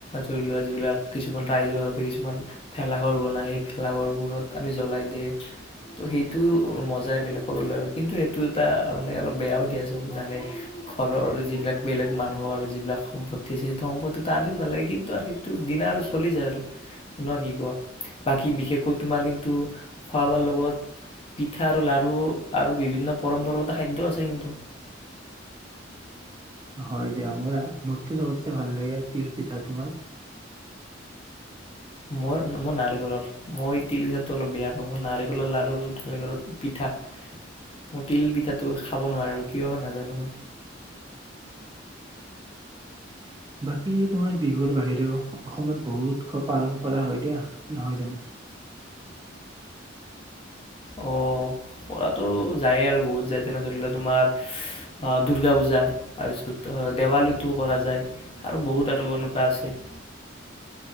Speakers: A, on the left; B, on the right.
A: ধৰি লোৱা যিবিলাক, কিছুমান ৰাইজৰ ভাৱে, কিছুমান ভেলাঘৰ বনাই সেই ভেলাঘৰবোৰত আমি জ্বলাই দিয়ে, ত' সেই সেটো মজাই বেলেগ, ক'বলে কিন্তু সেইটো এটা মানে অলপ বেয়াও দিয়াচোন, জানে ঘৰৰ যিবিলাক বেলেগ, মানুহৰ যিবিলাক সম্পত্তি আছে সেইটো সম্পত্তিটো আনিব নালাগে কিন্তু আৰু সেইটো দিনা আৰু চলি যায় আৰু কি কোৱা বাকি, বিশেষকৈ তোমাৰ কিন্তু খোৱা বোৱাৰ লগত পিঠা আৰু লাৰু আৰু বিভিন্ন পৰম্পৰাগত খাদ্য আছে কিন্তু
B: হয়, দিয়া মোৰ মোৰতো চবতে ভাল লাগে তিল পিঠা, তোমাৰ?
A: মোৰ মোৰ নাৰিকলৰ মই তিল পিঠাটো অলপ বেয়া পাওঁ, মোৰ নাৰিকলৰ লাৰু, নাৰিকলৰ পিঠা মই তিল পিঠাটো খাব নোৱাৰো আৰু কিয় বা নাজানো মই।
B: বাকী তোমাৰ বিহুৰ বাহিৰেও অসমত বহু উৎসৱ পালন কৰা হয় দিয়া, নহয় জানো?
A: অ', কৰাতটো যায়ে আৰু বহুত যায় যেনে, ধৰি লোৱা তোমাৰ অ', দূৰ্গা পূজা, তাৰ পিছত দেৱালীতো কৰা যায় আৰু বহুত আৰু এনেকুৱা আছে।